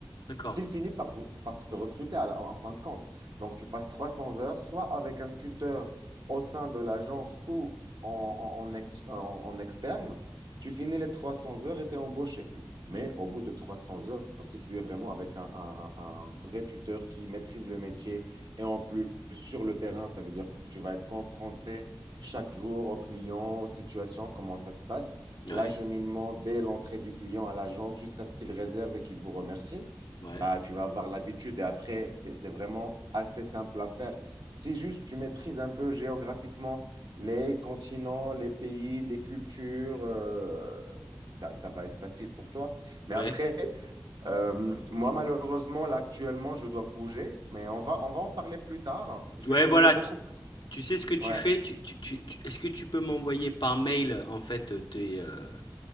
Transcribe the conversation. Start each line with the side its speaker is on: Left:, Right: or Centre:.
Left: d'accord.
Right: s'il finit par, par te recruter à la- en fin de compte. Donc, tu passes 300 heures, soit avec un tuteur au sein de l'agence ou en, en- en ex- en- en externe, tu finis les 300 heures et tu es embauché. Mais au bout de 300 heures, si tu es vraiment avec un, un- un- un vrai tuteur qui maîtrise le métier et en plus sur le terrain, ça veut dire que tu vas être confronté chaque jour aux clients, aux situations, comment ça se passe,
Left: Ouais,
Right: l'acheminement dès l'entrée du client à l'agence jusqu'à ce qu'il réserve et qu'il vous remercie
Left: ouais,
Right: bah, tu vas avoir l'habitude. Et après, c'est, c'est vraiment assez simple à faire. Si juste tu maîtrises un peu géographiquement les continents, les pays, les cultures, euh, ça, ça va être facile pour toi. Mais
Left: ouais.
Right: après, euh, moi, malheureusement, là, actuellement, je dois bouger, mais on va, on va en parler plus tard. hein. Je
Left: Ouais,
Right: vais vous
Left: voilà,
Right: donner beaucoup
Left: tu,
Right: plus.
Left: tu sais ce que tu
Right: Ouais,
Left: fais? Tu, tu, tu- tu- est-ce que tu peux m'envoyer par mail, euh, en fait, euh, tes, euh,